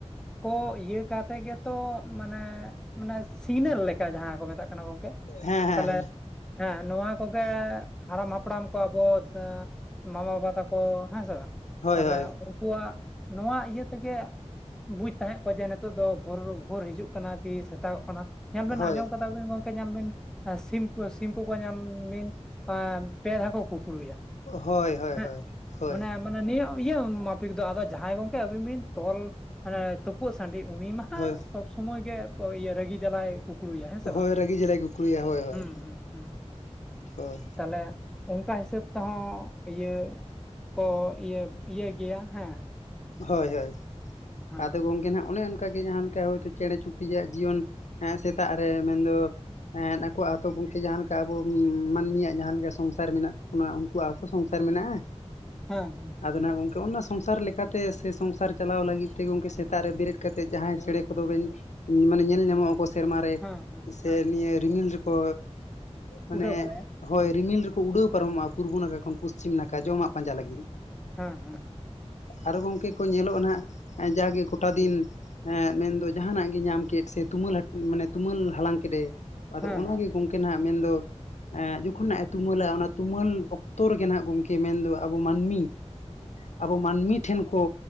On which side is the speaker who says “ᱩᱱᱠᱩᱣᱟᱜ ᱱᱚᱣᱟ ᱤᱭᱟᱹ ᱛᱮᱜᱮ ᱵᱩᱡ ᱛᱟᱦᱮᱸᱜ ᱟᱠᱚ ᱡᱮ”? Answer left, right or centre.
Centre